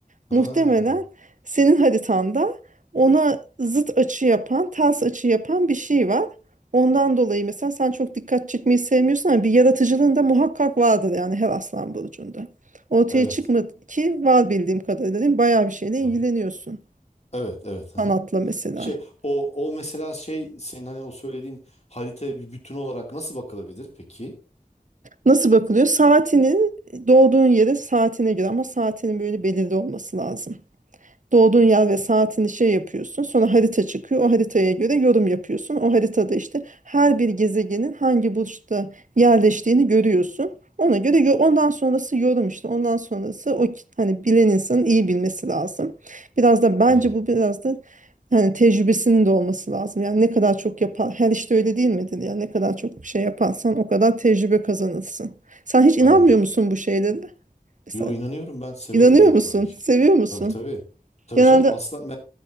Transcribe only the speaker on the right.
Muhtemelen senin haritanda ona zıt açı yapan, ters açı yapan bir şey var. Ondan dolayı mesela sen çok dikkat çekmeyi sevmiyorsun ama bir yaratıcılığın da muhakkak vardır yani her aslan burcunda. Ortaya
çıkmadı ki var bildiğim kadarıyla değil mi? Bayağı bir şeyle ilgileniyorsun.
Sanatla
mesela.
Nasıl bakılıyor? Saatinin doğduğun yere saatine göre ama saatinin böyle belirli olması lazım. doğduğun yer ve saatini şey yapıyorsun. Sonra harita çıkıyor. O haritaya göre yorum yapıyorsun. O haritada işte her bir gezegenin hangi burçta yerleştiğini görüyorsun. Ona göre yo- ondan sonrası yorum işte. Ondan sonrası o ki- hani bilen insanın iyi bilmesi lazım. Biraz da bence
bu biraz da hani tecrübesinin de olması lazım. Yani ne kadar çok yapar her işte öyle değil midir? Yani ne kadar çok şey yaparsan o kadar tecrübe kazanırsın. Sen hiç inanmıyor
musun bu şeylere? Mesela
inanıyor
musun?
Seviyor musun?
Genelde